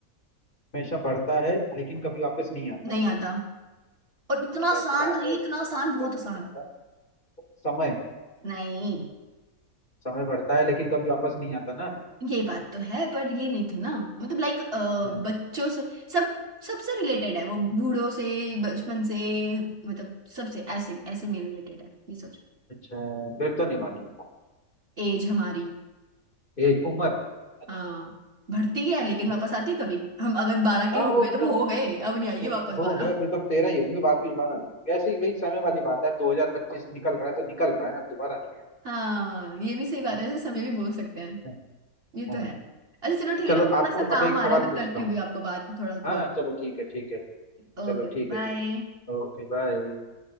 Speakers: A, on the left (about 35°); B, on the right (about 45°).
A: हमेशा बढ़ता है लेकिन कभी वापस नहीं आता
B: नहीं आता और इतना आसान
A: बढ़ता
B: था
A: है
B: ये इतना आसान
A: वापस
B: बहुत आसान
A: नहीं आता समय
B: नहीं
A: समय बढ़ता है लेकिन कभी वापस नहीं आता ना
B: ये बात तो है पर ये नहीं था ना मतलब लाइक
A: हाँ,
B: बच्चों से सब सबसे रिलेटेड है वो बूढ़ों से बचपन से मतलब सबसे ऐसे ऐसे में रिलेटेड है ये सोचो
A: अच्छा फिर तो नहीं मालूम
B: एज हमारी
A: एज उम्र अच्छा
B: हाँ भरती है लेकिन
A: okay।
B: वापस आती है कभी हम अगर बारह के
A: हाँ
B: हो
A: वो
B: गए
A: मतलब
B: तो वो हो गए अब नहीं
A: स-
B: आएगी वापस
A: स- हो
B: बारह
A: गए फिर तो अब तेरह ही होंगे वापिस बारह नहीं कैसी वही समय वाली बात है 2025 निकल रहा है तो निकल रहा है अब दोबारा नहीं है
B: हाँ ये भी सही बात
A: हाँ
B: है ऐसे समय भी बोल सकते हैं
A: हाँ,
B: ये
A: हाँ।
B: तो है अच्छा चलो ठीक है
A: चलो
B: ना थोड़ा
A: आपको
B: सा काम
A: अब एक
B: आ
A: सवाल
B: रहा है मैं
A: पूछता
B: करती
A: हूँ
B: हूँ भी आपको बाद में थोड़ा
A: हाँ
B: कॉल
A: चलो ठीक है ठीक है
B: Okay
A: चलो ठीक
B: okay bye
A: है जी ओके बाय